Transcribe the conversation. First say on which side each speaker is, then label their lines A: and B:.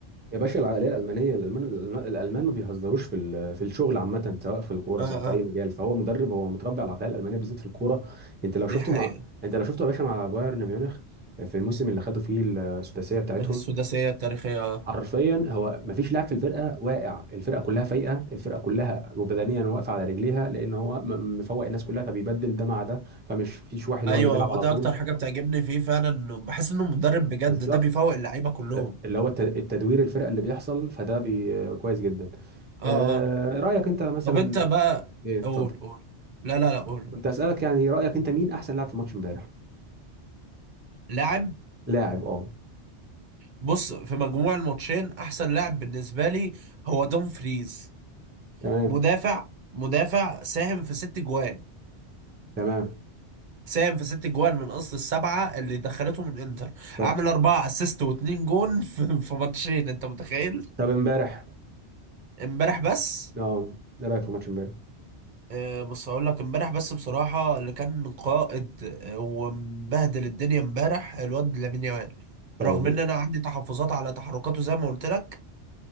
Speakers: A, on the right; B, on the right.
A: يا باشا العقليه الالمانيه الالمان الالمان ما بيهزروش في ال- في الشغل عامه سواء في الكوره
B: <laughs> اه
A: سواء في اي
B: اه
A: مجال فهو مدرب هو متربي على العقليه الالمانيه بالذات في الكوره انت
B: دي
A: لو شفته
B: حقيقة
A: مع انت لو شفته يا باشا مع بايرن ميونخ في الموسم اللي خدوا فيه السداسيه بتاعتهم
B: السداسية التاريخية اه
A: حرفيا هو ما فيش لاعب في الفرقه واقع الفرقه كلها فايقه الفرقه كلها وبدنيا واقفه على رجليها لان هو م- مفوق الناس كلها فبيبدل ده مع ده فمش فيش واحد
B: ايوه
A: هو اللي بيلعب
B: هو
A: على
B: ده
A: طول
B: اكتر حاجة بتعجبني فيه فعلا انه بحس انه مدرب بجد
A: بالظبط
B: ده بيفوق اللعيبة كلهم
A: اللي هو الت- التدوير الفرق اللي بيحصل فده بي كويس جدا
B: اه
A: آه،
B: اه
A: رأيك انت مثلا
B: طب انت بقى
A: ايه اتفضل
B: قول قول لا لا لا قول
A: كنت أسألك يعني رأيك انت مين احسن لاعب في ماتش امبارح
B: لاعب
A: لاعب اه
B: بص في مجموع الماتشين احسن لاعب بالنسبه لي هو دوم فريز
A: تمام
B: مدافع مدافع ساهم في ست جوان
A: تمام
B: ساهم في ست جوان من اصل السبعه اللي دخلته من انتر
A: طب
B: عامل اربعه اسيست واتنين جون <laughs> في, في ماتشين انت متخيل
A: طب امبارح
B: امبارح بس
A: اه ايه رأيك في ماتش امبارح
B: آه، بص هقول لك امبارح بس بصراحه اللي كان قائد آه، ومبهدل الدنيا امبارح الواد لامين يامال
A: طيب
B: رغم ان انا عندي تحفظات على تحركاته زي ما قلت لك